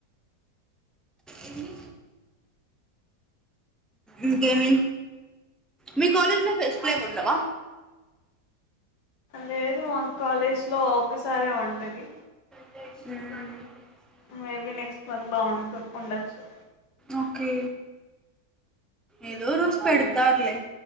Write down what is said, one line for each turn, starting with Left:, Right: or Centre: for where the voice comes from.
Centre: ఇన్ని ఇంకేమి మీ కాలజ్ ఫస్ట్ పైమ్ ఉండవా
Left: లేదు మా కాలేజ్ లో ఒకసారి ఉం రవి
Centre: ఉవు
Left: మేబి నెక్స్ట్ మంత్ లో ఉంటు ఉండొచ్చు
Centre: ఓకే ఏదో రోజు పెడతారులే